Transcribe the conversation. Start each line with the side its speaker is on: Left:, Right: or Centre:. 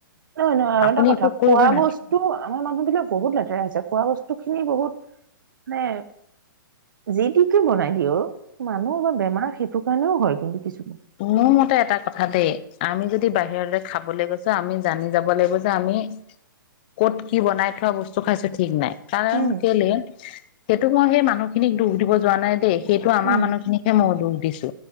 Right: নহয় নহয় আৰু
Left: আপুনি
Right: এটা কথা
Left: একো কৰিব
Right: খোৱা
Left: না
Right: বস্তু আমাৰ মানুহ বিলাক বহুত লেতেৰা আছে। খোৱা বস্তু খিনি বহুত মানে, যি তিকে বনাই দিয়ে অ, মানুহ বা বেমাৰ সেইটো কাৰণেও হয় কিন্তু কিছু।
Left: মোৰ মতে এটা কথা দেই, আমি যদি বাহিৰতে খাবলৈ গৈছো আমি জানি যাব লাগিব যে আমি কত কি বনাই থোৱা বস্তু খাইছো ঠিক নাই। কাৰণ
Right: উম,
Left: কেলে, সেইটো মই সেই মানুহখিনিক দুখ দিব যোৱা নাই দেই। সেইটো আমাৰ
Right: উম,
Left: মানুহখিনিকহে মই দুখ দিছো।